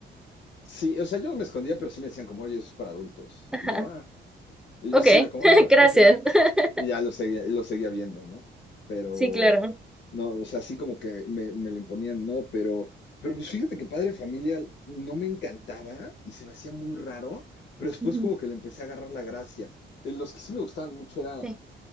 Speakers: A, on the left (about 65°); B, in the centre.
A: Sí, o sea, yo me escondía, pero sí me decían como, oye, eso es para adultos.
B: Ajá.
A: Y yo, ah, y
B: Ok,
A: yo así era como,
B: <laughs>
A: ah,
B: gracias.
A: ok.
B: <laughs>
A: y ya lo seguía, lo seguía viendo, ¿no? Pero,
B: Sí, claro.
A: no, o sea, así como que me, me lo imponían, no, pero, pero pues fíjate que Padre de Familia no me encantaba y se me hacía muy raro, pero después
B: Ujú.
A: como que le empecé a agarrar la gracia. Eh, Los que sí me gustaban mucho eran
B: Sí,